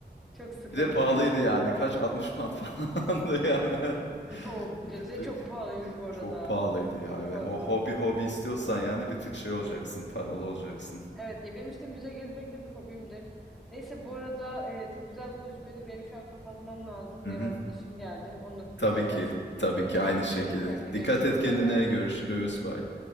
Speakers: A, in the centre; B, on the left (about 80°).
A: çok sıkıntı
B: Bir de pahalıydı
A: ya.
B: yani. Kaç? 60 pound falandı yani.
A: <laughs> O
B: <laughs>
A: bileti
B: Bir tık
A: de çok pahalıymış bu arada.
B: çok pahalıydı ya.
A: Çok
B: Evet.
A: fazla.
B: Ho- hobi hobi istiyorsan yani bir tık şey olacaksın. Paralı olacaksın.
A: Evet ya benim işte müze gezmek de bir hobimdir. Neyse bu arada e, çok güzel bir konuşmaydı. Benim şu an kapatmam lazım.
B: Hı
A: Bir ev
B: hı.
A: arkadaşım geldi. Onunla konuşacağız.
B: Tabii ki. Tabii ki
A: Tamam
B: aynı
A: dikkat
B: şekilde.
A: et kendine.
B: Dikkat
A: Görüşürüz.
B: et kendine.
A: Bay bay.
B: Görüşürüz. Bye.